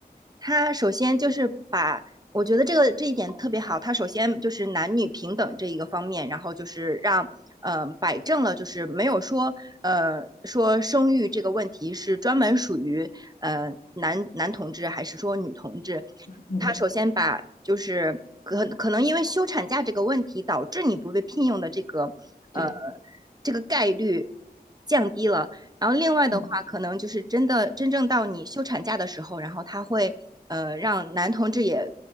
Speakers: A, on the right; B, on the left.
A: 他首先就是把，我觉得这个这一点特别好。他首先就是男女平等这一个方面，然后就是让呃摆正了，就是没有说呃说生育这个问题是专门属于呃男男同志还是说女同志。
B: 嗯
A: 他首先把就是可可能因为休产假这个问题导致你不被聘用的这个呃
B: 对
A: 这个概率降低了。然后另外的话，
B: 嗯
A: 可能就是真的真正到你休产假的时候，然后他会呃让男同志也